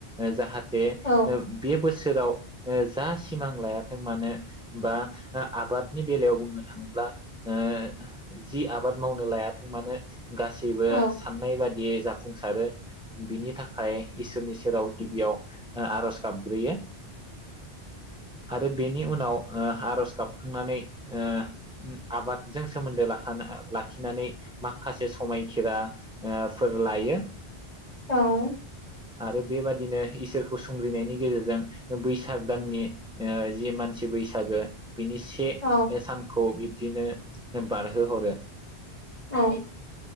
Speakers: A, in the centre; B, on the left.
A: ओ जाहाथ थे ओ
B: औ
A: बे बोस सोराव ओ जा सिमां लायाथों मानो बा आबादनि बेलायाव बुंनो थाङोब्ला ओ जि आबाद मावनो लायाथों मानो गासैबो
B: औ
A: साननाय बा दि जाफुंसार आरो बिनि थाखाय इसोरनि सेराव गिबियाव आरज गाबग्रोयो आरो बेनि उनाव ओ आरज गाब नानै ओ आबादजों सोमोन्दो लाखा लाखिनानै माखासे समायखिरा ओ फोर लायो।
B: औ
A: आरो बेबादिनो इसोरखौ सुंग्रिनायनि गेजेरजों बैसाग दाननि ओ जि मान सि बैसागो बिनि से
B: औ
A: सानखौ बि दिनो बारहोहरो
B: औ